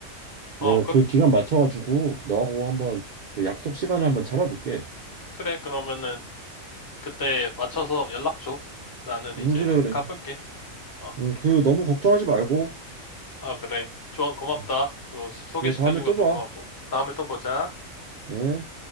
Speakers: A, on the left (about 30°); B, on the right (about 70°).
A: 어,
B: 내가
A: 그,
B: 그 기간 맞춰가지고 너하고 한번 그 약속 시간을 한번 잡아볼게.
A: 그래. 그러면은 그때 맞춰서 연락 줘. 나는 이제
B: 응, 그래, 그래.
A: 가볼게. 어,
B: 응, 그 너무 걱정하지 말고.
A: 아, 그래. 조언 고맙다.
B: 응.
A: 그리고 소개시켜준
B: 그래, 다음에 또
A: 것도
B: 봐.
A: 고맙고. 다음에 또 보자.
B: 예.